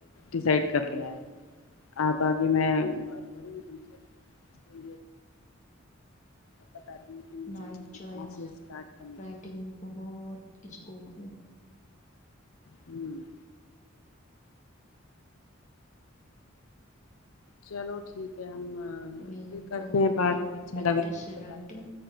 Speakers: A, on the left (about 85°); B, on the left (about 35°).
A: ڈسائڈ کر لیا ہے آپ آگے میں بات کروں گی تم سے بتاتی ہوں کہ مجھے
B: نائٹ
A: کہاں
B: چوائس
A: سے اسٹارٹ کرنا
B: رائٹنگ
A: ہے
B: میں بہت اسکوپ <unintelligible> اچھ <unintelligible>
A: ہوں <inaudible> چلو ٹھیک ہے
B: بالک
A: پھر کرتے ہیں بات
B: اور
A: اچھا
B: پریکٹس
A: لگا تم
B: سے رائٹنگ
A: بات کر